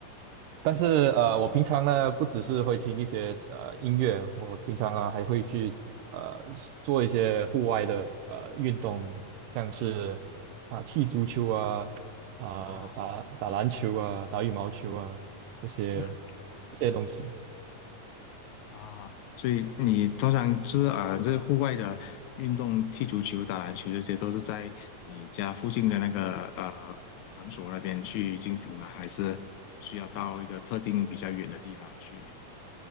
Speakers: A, on the right (about 80°); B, on the left (about 80°).
A: 但是呃，
B: 好的
A: 我平常呢不只是会听一些呃音乐，我平常啊还会去呃做一些户外的呃运动，像是啊、踢足球啊，啊、
B: 啊，
A: 打打篮球啊，打羽毛球啊这些
B: 嗯。
A: 这些东西。
B: 啊，所以你通常就是啊，这户外的运动，踢足球、打篮球这些，都是在你家附近的那个呃场所那边去进行吗？还是需要到一个特定比较远的地方去？